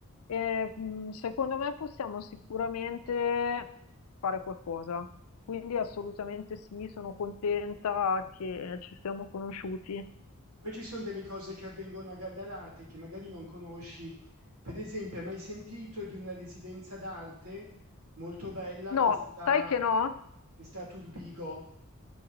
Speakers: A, on the left; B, on the right.
A: e, mh, secondo me possiamo sicuramente fare qualcosa. Quindi assolutamente sì, sono contenta che ci siamo conosciuti.
B: E poi ci sono delle cose che avvengono a Gallarate che magari non conosci. Per esempio, hai mai sentito di una residenza d'arte molto bella
A: No,
B: che sta,
A: sai che no?
B: che sta a Turbigo